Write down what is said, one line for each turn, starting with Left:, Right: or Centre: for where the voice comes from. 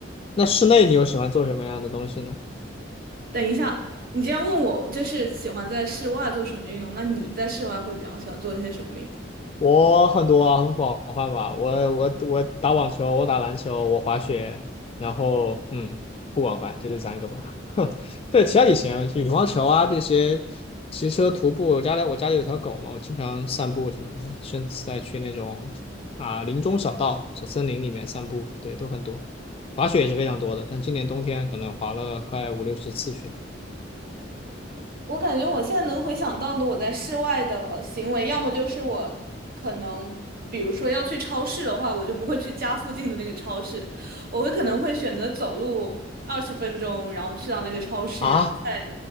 Left: 那室内你又喜欢做什么样的东西呢？
Right: 等一下，你这样问我，就是喜欢在室外做什么运动？那你在室外会比较喜欢做一些什么运动？
Left: 我很多啊，很广泛吧。我我我打网球，我打篮球，我滑雪，然后嗯，不广泛，就这三个吧。<laughs> 对，其他也行，羽毛球啊这些，骑车、徒步。我家里我家里有条狗嘛，我经常散步什么的，甚至在去那种啊林中小道、小森林里面散步，对，都很多。滑雪也是非常多的，像今年冬天可能滑了快五六十次雪
Right: 我感觉我现在能回想到的我在室外的行为，要么就是我可能，比如说要去超市的话，我就不会去家附近的那个超市，我会可能会选择走路二十分钟，然后去到那个超市，
Left: 啊。
Right: 然后再